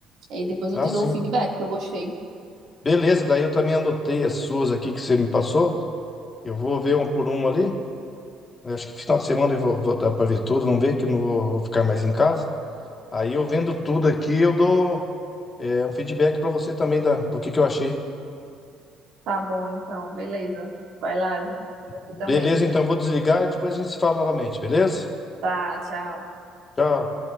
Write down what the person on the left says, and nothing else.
Ah,
sim.
Beleza, daí eu também anotei as suas aqui que você me passou. Eu vou ver uma por uma ali. Eu acho que final de semana eu vou, vou dar pra ver tudo. Vamos ver que eu não vou, vou ficar mais em casa. Aí eu vendo tudo aqui, eu dou é, um feedback pra você também da, do que que eu achei.
Beleza,
então eu vou desligar. Depois a gente se fala novamente, beleza?
Tchau.